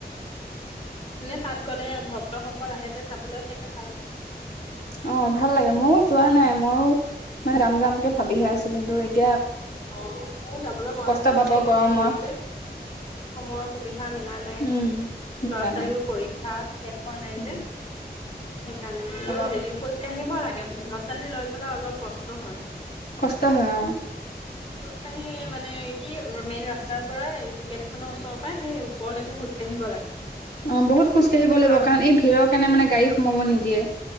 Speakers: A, on the left (about 35°); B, on the left (about 65°).
A: মানে তাত গলে ভক্তসকল আহে যে চাবলৈ চাগে ভাল লাগে
B: অ ভাল লাগে ময়ো যোৱা নাই মইও মানে যাম যামকে ভাবিহে আছো কিন্তু এয়া
A: অ মোৰ যাবলৈ মন
B: কষ্ট
A: এটা
B: পাব
A: আছে কিন্তু
B: গৰমৰ
A: হেৰি যে সময়ৰ সুবিধা মিলা নাই লৰা
B: উম সেইকাৰণে
A: ছোৱালীও পৰীক্ষা শেষ হোৱা নাই
B: উম
A: যে সেইকাৰণে বোলো
B: অলপ
A: হেৰি খোজ কাঢ়িব লাগে। তাকে বোলে ল'ৰা ছোৱালী লৈ পেলাই অলপ কষ্ট হয়।
B: কষ্ট হয় অ
A: খোজকাঢ়িয়ে মানে কি মেইন ৰাস্তাৰ পৰাই গেটখনৰ ওচৰৰ পৰাই সেই ওপৰলৈকে খোজ কাঢ়িব লাগে।
B: অ বহুত খোজ কাঢ়িব লাগিব
A: আৰু
B: কাৰণ এই ভিৰৰ কাৰণ মানে গাড়ী সোমাব নিদি দিয়ে